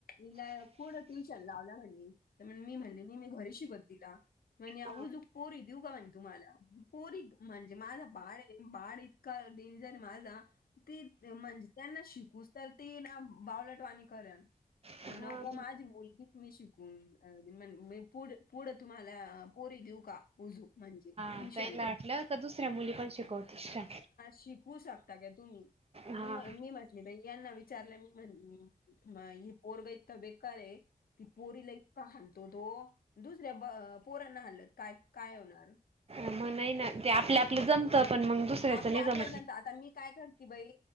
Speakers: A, on the left (about 70°); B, on the right (about 40°).
A: ईला कुठ टुशन लावला म्हणे तर मी म्हणले नाही मी घरी शिकवते तिला. म्हणजे उजूक
B: हा
A: पोरी देऊ का म्हणे तुम्हाला पोरी म्हणजे माझा बाडे बा का डेंजर माझा ती म्हणजे त्यांना शिकूस तर ती ना बावलटवाणी करल.
B: हा
A: नको माझी मुलगी मी शिकून अ मन मी पुढं पुढं तुम्हाला पोरी देऊ का उजू म्हणजे ट्युशनला.
B: आपेनला वाटलं का दुसऱ्या मुली पण शिकवते छान.
A: शिक होऊ शकता का तुम्ही तर
B: हा.
A: म मी म्हटली बाई यांना विचारलं मी म्हण म ही पोरगा इतकं बेकार आहे ती पोरीला इका हाणतो तो दुसऱ्या पोरांना हाणलत काय काय होणार?
B: मग नाही ना ते आपलं आपलं जमतं पण मग दुसऱ्याचं
A: आपल्या
B: नाही
A: आपल्या
B: जमत.
A: दंता आता मी काय करते बाई